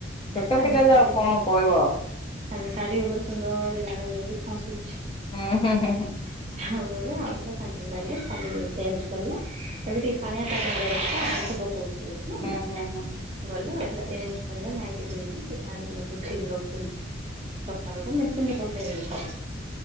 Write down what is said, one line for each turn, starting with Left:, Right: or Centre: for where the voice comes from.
Left: ଛୋଟ
Right: ତାଙ୍କ
Left: ପିଲାକୁ
Right: ଶାଢୀରେ
Left: ଆଉ କଣ କହିବ।
Right: ତାଙ୍କ ଶାଢ଼ୀ ଉପରେ ସୁନ୍ଦରରେ ଝାଡା ଯାଇକି ହସୁଛି।
Left: ହଁ ହଁ ହୁଁ ହୁଁ।
Right: <unintelligible> ଆଉଥରେ <unintelligible> ଚେଞ୍ଜ କଲେ ଏବେ ଟିକେ ପାଣିଆ ପାଣି ଯାଉଛି। <inaudible> ପକଉଛି ବୋଲି ନାଇଁ।
Left: ଆଚ୍ଛା
Right: ଗଲେ ଆଉ ଥରେ ଚେଞ୍ଜ କଲେ ନାଇଟି ପିନ୍ଧିଲି ସେ ଶାଢ଼ୀ ମୁଁ ପୁଠିକି ରଖିଦେଇଛି। ସକାଳୁକୁ ମେସିନ୍ ରେ ପକେଇ ଦେବି ସବୁ